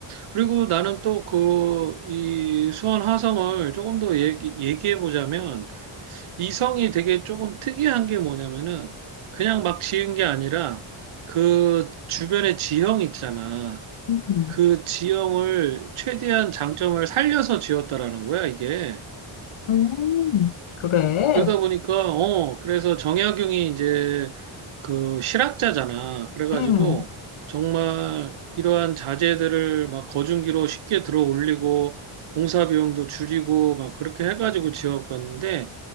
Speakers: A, on the right (about 80°); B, on the left (about 75°).
A: 그리고 나는 또 그 이 수원 화성을 조금 더 얘기, 얘기해 보자면 이성이 되게 조금 특이한 게 뭐냐면은 그냥 막 지은 게 아니라 그 주변의 지형 있잖아.
B: 음,
A: 그 지형을 최대한 장점을 살려서 지었다라는 거야, 이게.
B: 음, 그래.
A: 그러다 보니까, 어, 그래서 정약용이 이제 그 실학자잖아. 그래가지고
B: 음,
A: 정말 이러한 자재들을 막 거중기로 쉽게 들어 올리고 공사 비용도 줄이고 막 그렇게 해가지고 지어갔는데